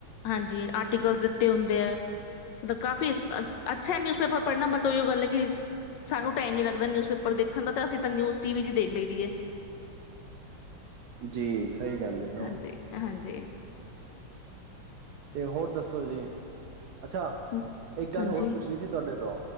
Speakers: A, on the left; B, on the right.
A: ਹਾਂਜੀ। ਆਰਟੀਕਲਸ ਦਿੱਤੇ ਹੁੰਦੇ ਏ, ਤੇ ਕਾਫੀ ਅੱਛਾ ਏ। ਨਿਊਜ਼ਪੇਪਰ ਪੜ੍ਹਨਾ ਬਟ, ਏਓ ਗੱਲ ਹੈ, ਕਿ ਸਾਨੂੰ ਟਾਈਮ ਨੀਂ ਲੱਗਦਾ ਨਿਊਜ਼ਪੇਪਰ ਦੇਖਣ ਦਾ, ਤਾਂ ਅਸੀਂ ਤਾਂ ਨਿਊਜ਼ ਟੀ ਵੀ 'ਚ ਈ ਦੇਖ ਲਈ ਦੀ ਹੈ।
B: ਜੀ। ਸਹੀ ਕਹਿੰਦੇ ਪਏ ਔਂ
A: ਹਾਂਜੀ ਹਾਂਜੀ
B: ਤੇ, ਹੋਰ ਦੱਸੋ ਜੀ? ਅੱਛਾ।
A: ਹਮ,
B: ਇੱਕ ਗੱਲ
A: ਹਾਂਜੀ
B: ਹੋਰ ਪੁੱਛਣੀ ਸੀ? ਤੁਹਾਡੇ ਤੋਂ